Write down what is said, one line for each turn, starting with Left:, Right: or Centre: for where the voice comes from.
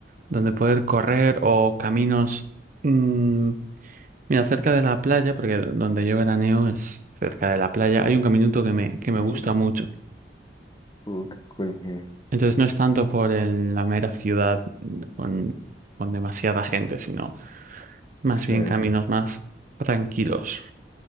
Right: donde poder correr o caminos. mm, mira, cerca de la playa, porque donde yo veraneo es cerca de la playa, hay un caminito que me, que
Left: ujú.
Right: me gusta mucho.
Left: Oh, qué cool. ujú.
Right: Entonces no es tanto por el- la mera ciudad con, con demasiada gente, sino más
Left: Sí.
Right: bien caminos más tranquilos.